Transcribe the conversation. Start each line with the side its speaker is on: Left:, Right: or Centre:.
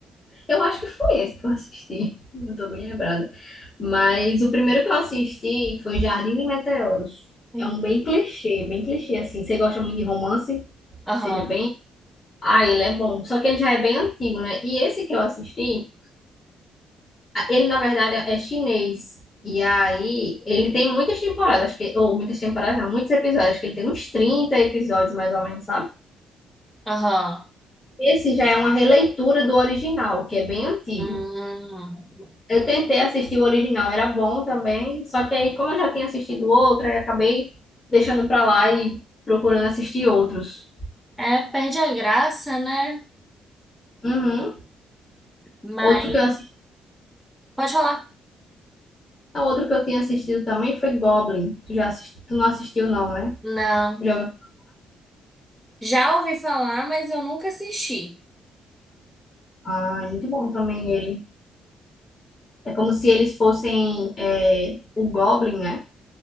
Left: Eu acho que foi esse que eu assisti. <laughs> Não tô bem lembrada. Mas o primeiro que eu assisti foi Jardim de Meteoros.
Centre: Uhum.
Left: É um bem clichê, bem clichê assim. Você gosta muito de romance?
Centre: Aham,
Left: Seja bem. Ah, ele é bom. Só que ele já é bem antigo, né? E esse que eu assisti. Ele, na verdade, é chinês. E aí, ele tem muitas temporadas, acho que, ou muitas temporadas, não, muitos episódios, acho que ele tem uns 30 episódios mais ou menos, sabe?
Centre: aham.
Left: Esse já é uma releitura do original, que é bem antigo.
Centre: Hum.
Left: Eu tentei assistir o original, era bom também, só que aí, como eu já tinha assistido outro, aí acabei deixando pra lá e procurando assistir outros.
Centre: É, perde a graça, né?
Left: Uhum.
Centre: Mas.
Left: Outro que eu assisti,
Centre: Pode falar.
Left: não, outro que eu tinha assistido também foi Goblin. Tu já assisti, tu não assistiu, não, né?
Centre: Não.
Left: Já ouviu?
Centre: Já ouvi falar, mas eu nunca assisti.
Left: Ah, é muito bom também ele. É como se eles fossem é, o Goblin, né?